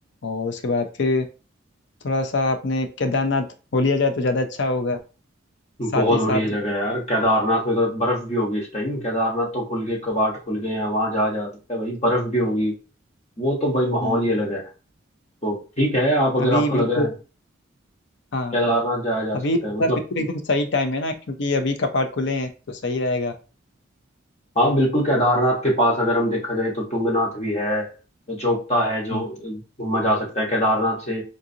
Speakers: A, on the left; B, on the left.
A: और उसके बाद फिर थोड़ा सा अपने केदारनाथ हो लिया जाए तो ज़्यादा अच्छा होगा
B: बहुत
A: साथ ही
B: बढ़िया
A: साथ
B: जगह है यार केदारनाथ में तो बर्फ भी होगी इस टाइम केदारनाथ तो खुल गए कपाट खुल गए हैं वहां जाया जा सकता है भाई बर्फ भी होगी वो तो भाई माहौल
A: हम्म,
B: ही अलग है तो ठीक है आप अगर
A: अभी
B: आपको
A: बिल्कुल
B: लग रहा है
A: हाँ
B: केदारनाथ जाया जा
A: अभी
B: सकता
A: मतलब
B: है मतलब
A: बिल्कुल एकदम सही टाइम है ना क्योंकि अभी कपाट खुले हैं तो सही रहेगा
B: हाँ बिल्कुल केदारनाथ के पास अगर हम देखा जाए तो तुंगनाथ भी है जोगता है जो
A: हम्म,
B: घूमा जा सकता है केदारनाथ से